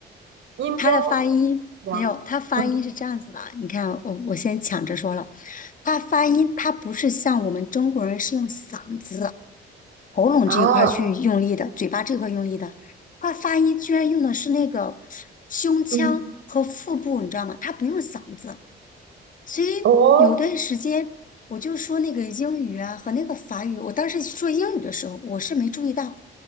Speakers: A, on the right (about 70°); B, on the left (about 40°).
A: 音标
B: 他的发音没有，
A: 呀，
B: 他发音是这样子的。
A: 嗯
B: 你看，我我先抢着说了，他发音他不是像我们中国人是用嗓子、喉咙这一块儿去用力的，
A: 啊，啊
B: 嘴巴这块儿用力的，他发音居然用的是那个胸腔和腹部，
A: 嗯
B: 你知道吗？他不用嗓子，所以有段时间我就说那个英语啊和那个法语，
A: 哦，
B: 我当时说英语的时候我是没注意到。